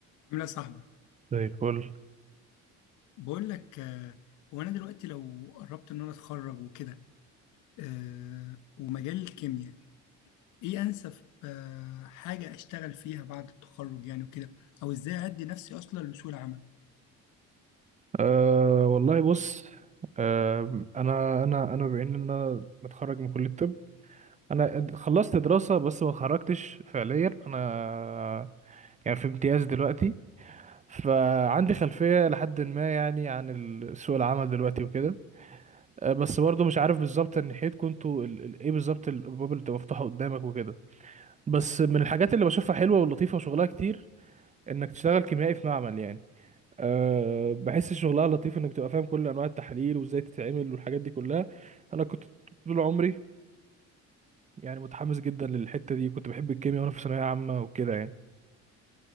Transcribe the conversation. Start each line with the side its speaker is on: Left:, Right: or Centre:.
Left: عامل ايه يا صاحبي
Right: زي الفل
Left: بقول لك آه، هو انا دلوقتي لو قربت ان انا اتخرج وكده آه، ومجال الكيمياء ايه انسب آه، حاجه اشتغل فيها بعد التخرج يعني وكده او ازاي ادي نفسي اصلا لسوق العمل
Right: أه والله بص أه انا انا انا بما ان انا متخرج من كليه الطب انا اد- خلصت دراسه بس ما اتخرجتش فعليا انا يعني في امتياز دلوقتي فعندي خلفيه لحد ما يعني عن ال- سوق العمل دلوقتي وكده أه بس برضه مش عارف بالظبط ناحيتكم انتوا ال- ال- ايه بالظبط الابواب اللي بتبقى مفتوحه قدامك وكده بس من الحاجات اللي بشوفها حلوه ولطيفه وشغلها كتير انك تشتغل كيميائي في معمل يعني أه بحس شغلها لطيف انك تبقى فاهم كل انواع التحاليل وازاي تتعمل والحاجات دي كلها انا كنت طول عمري يعني متحمس جدا للحته دي كنت بحب الكيمياء وانا في ثانويه عامه وكده يعني